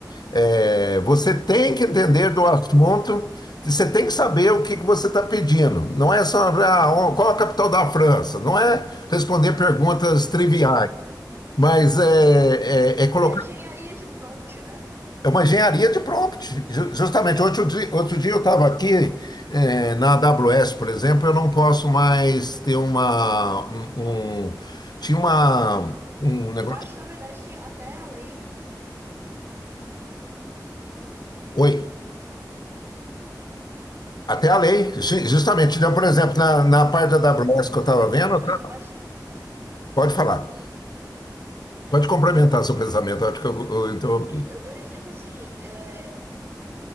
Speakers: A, on the left; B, on the right.
A: É, você tem que entender
B: Sim.
A: do assunto, você tem que saber o que, que você está pedindo. Não é só ah, ó, qual a capital da França, não é responder perguntas triviais,
B: <laughs>
A: mas é, é, é colocar.
B: É a engenharia de prompt, né?
A: É uma engenharia de prompt. Ju- Justamente, outro dia, outro dia eu estava aqui é, na AWS, por exemplo, eu não posso mais ter uma. um- um- tinha uma, um negócio.
B: Eu acho, na verdade, que até além.
A: Oi. Até a lei, ju- justamente. Então, por exemplo, na, na parte da
B: Oi.
A: AWS que eu estava
B: Sim,
A: vendo, tá?
B: eu acho.
A: Pode falar. Pode complementar seu pensamento. eu Acho que eu, eu interrompi.
B: Eu, eu ia dizer que, assim, é,